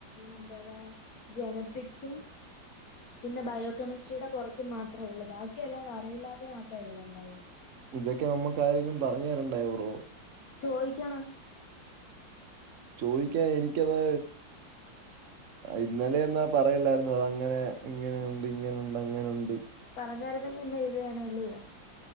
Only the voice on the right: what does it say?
ഇതൊക്കെ നമ്മക്ക് ആരെലും പറഞ്ഞു തരണ്ടായോ ബ്രോ
ചോദിക്കാൻ എനിക്കത് ഇന്നലെന്നാ പറയലായിരുന്നു അതങ്ങനെ ഇങ്ങനെയുണ്ട് ഇങ്ങനെണ്ട് അങ്ങനെയുണ്ട്